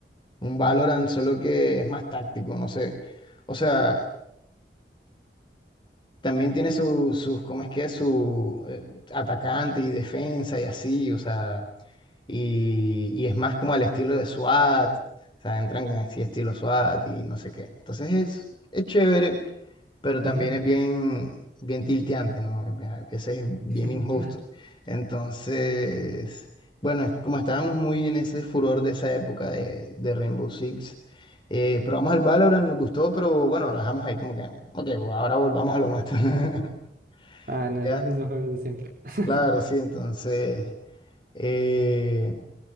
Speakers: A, on the left (about 25°); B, on the right (about 50°).
A: un Valorant, solo que es más táctico, no sé. O sea, también tiene su- sus, ¿cómo es que? es? Su eh, atacante y defensa y así, o sea, y, y es más como al estilo de SWAT, o sea, entran con así estilo SWAT y no sé qué. Entonces es, es chévere, pero también
B: Ujú.
A: es bien, bien tilteante, ¿no? Es bien- A veces es bien
B: <laughs>
A: injusto. Entonces, bueno, es- como estábamos muy en ese furor de esa época de, de Rainbow Six, eh, probamos el Valorant, nos gustó, pero bueno, lo dejamos ahí como que, ok, ahora volvamos a lo nuestro. <laughs>
B: Ah, en el
A: Ya,
B: mismo juego de siempre. <laughs>
A: claro, sí, entonces, eh,